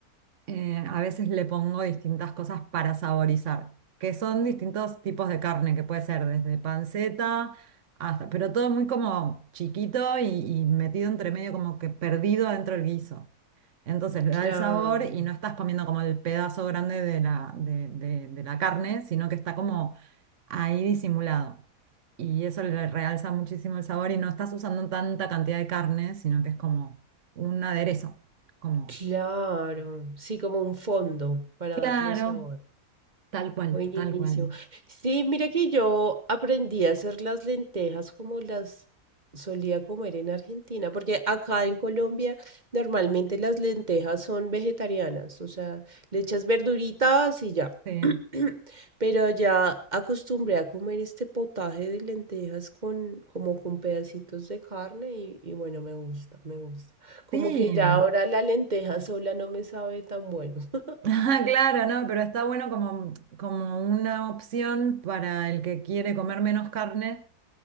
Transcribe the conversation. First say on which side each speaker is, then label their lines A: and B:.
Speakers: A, on the right; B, on the right.
A: eh, a veces le pongo distintas cosas para saborizar, que son distintos tipos de carne, que puede ser desde panceta hasta, pero todo muy como chiquito y, y metido entre medio, como que perdido dentro del guiso. Entonces le da
B: Claro,
A: el sabor y no estás comiendo como el pedazo grande de la, de, de- de la carne, sino que está como ahí disimulado. Y eso le realza muchísimo el sabor y no estás usando tanta cantidad de carne, sino que es como un aderezo, como
B: claro. Sí, como un fondo para
A: claro.
B: darle sabor.
A: Tal cual,
B: Buenísimo.
A: tal cual.
B: Sí, mira que yo aprendí a hacer las lentejas como las solía comer en Argentina, porque acá en Colombia normalmente las lentejas son vegetarianas, o sea, le echas verduritas y ya.
A: Sí.
B: <clears throat> Pero ya acostumbré a comer este potaje de lentejas con como con pedacitos de carne y, y bueno, me gusta, me gusta. Como
A: Sí.
B: que
A: <laughs>
B: ya ahora la lenteja sola no me sabe tan bueno. <laughs>
A: Ah, claro, no, pero está bueno como, como una opción para el que quiere comer menos carne